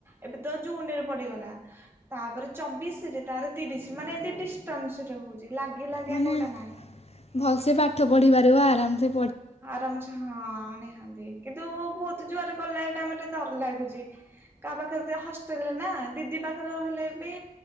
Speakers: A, on the right (about 15°); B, on the left (about 45°).
A: ଏବେ ତ ଜୁନ ରେ ପଡିଗଲା ତାପରେ ଚବିଶି ରେ ତାରେ ତିରିଶି ମାନେ ଏମତି ଡିସ ତନ୍ ସିରେ ହଉଛି ଲାଗି ଲାଗିଆ
B: ମାନେ
A: କୋଉଟା ନାହିଁ।
B: ଭଲସେ ପାଠ ପଢି ପାରିବ ଆରାମ୍ ସେ
A: ଆରାମ୍ ସେ ହଁ ନା ନ୍ତି କିନ୍ତୁ ବହୁତ ଜୋରରେ କଲେ ଟାଇ ଟେ ଡର ଲାଗୁଛି କାହା ପାଖରେ ହଷ୍ଟେଲରେ ନା ଦିଦି ପାଖରେ ରହିଲେ ବି